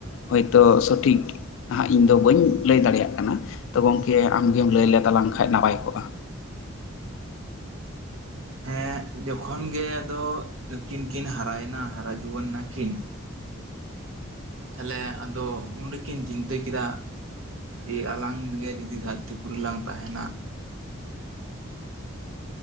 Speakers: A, on the left (about 70°); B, on the right (about 80°).
A: ᱦᱳᱭᱛᱳ ᱥᱚᱴᱷᱤᱠ ᱱᱟᱦᱟᱜ ᱤᱧ ᱫᱚ ᱵᱟᱹᱧ ᱞᱟᱹᱭ ᱫᱟᱲᱮᱭᱟᱜ ᱠᱟᱱᱟ ᱛᱚ ᱜᱚᱝᱠᱮ ᱟᱢᱜᱮᱢ ᱞᱟᱹᱭ ᱞᱮᱛᱟᱞᱟᱝ ᱠᱷᱟᱡ ᱱᱟᱯᱟᱭ ᱠᱚᱜᱼᱟ᱾
B: ᱦᱮᱸ ᱡᱚᱠᱷᱚᱱ ᱜᱮ ᱟᱫᱚ ᱱᱩᱠᱤᱱ ᱠᱤᱱ ᱦᱟᱨᱟᱭᱮᱱᱟ ᱦᱟᱨᱟ ᱡᱩᱣᱟᱹᱱ ᱱᱟ ᱠᱤᱱ᱾ ᱛᱷᱟᱞᱮ ᱟᱫᱚ ᱩᱱ ᱨᱮᱠᱤᱱ ᱡᱤᱱᱫᱟᱹ ᱠᱤᱫᱟ᱾ ᱮ ᱟᱞᱟᱝ ᱜᱮ ᱡᱩᱫᱤ ᱫᱷᱟᱹᱨᱛᱤᱯᱩᱨᱤ ᱞᱟᱝ ᱛᱟᱦᱮᱱᱟ᱾